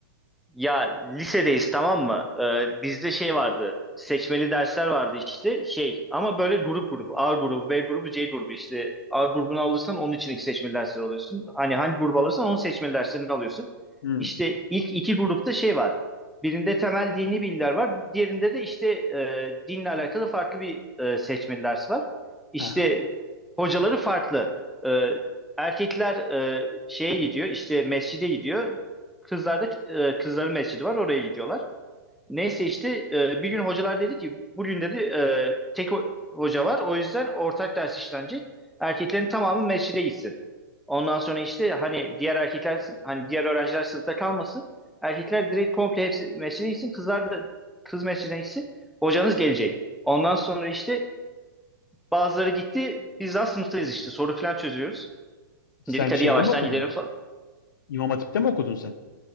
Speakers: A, in the centre; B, on the left.
A: Ya lisedeyiz tamam mı? Ee, bizde şey vardı. Seçmeli dersler vardı işte şey ama böyle grup grup A grubu B grubu C grubu işte A grubunu alırsan onun için iki seçmeli dersleri alıyorsun. Hani hangi grubu alırsan onun seçmeli derslerini alıyorsun.
B: Hmm.
A: İşte ilk iki grupta şey var. Birinde temel dini bilgiler var. Diğerinde de işte e, dinle alakalı farklı bir e, seçmeli ders var. İşte
B: Aha.
A: hocaları farklı. E, erkekler e, şeye gidiyor işte mescide gidiyor. Kızlarda e, kızların mescidi var oraya gidiyorlar. Neyse işte e, bir gün hocalar dedi ki bugün dedi e, tek ho- hoca var o yüzden ortak ders işlenecek. Erkeklerin tamamı mescide gitsin. Ondan sonra işte hani diğer erkekler sın- hani diğer öğrenciler sınıfta kalmasın. Erkekler direkt komple hepsi mescide gitsin. Kızlar da kız mescidine gitsin. Hocanız gelecek. Ondan sonra işte bazıları gitti. Biz daha sınıftayız işte. Soru falan çözüyoruz.
B: Sen
A: Dedik hadi
B: şeyde
A: yavaştan
B: mi okudun?
A: gidelim falan.
B: İmam Hatip'te mi okudun sen?